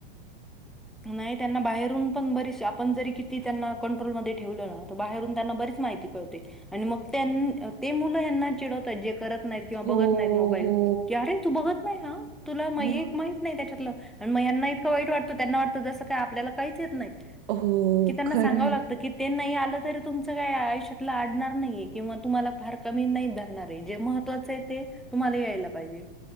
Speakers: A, in the centre; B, on the right.
A: नाही. त्यांना बाहेरून पण बरीच आपण जरी किती त्यांना कंट्रोलमध्ये ठेवलं ना बाहेरून त्यांना बरीच माहिती कळते. आणि मग त्यां ते मुलं ह्यांना चिडवतायत जे करत नाहीत, किंवा
B: हो
A: बघत नाहीत मोबाईल.
B: हो
A: कि अरे तू बघत नाही हा तुला म
B: हो
A: एक माहित नाही त्याच्यातलं. आणि म ह्यांना इतकं वाईट वाटतं त्यांना वाटतं जसं काय आपल्याला काहीच येत नाही.
B: हो
A: कि त्यांना
B: खरंय
A: सांगावं लागत, की ते नाही आ चुकलं तरी तुमच काय आयुष्यातल अडणार नाहीए, किंवा तुम्हाला फार कमी नाही धरणार आहे. जे महत्वाच आहे ते तुम्हाला यायला पाहिजे.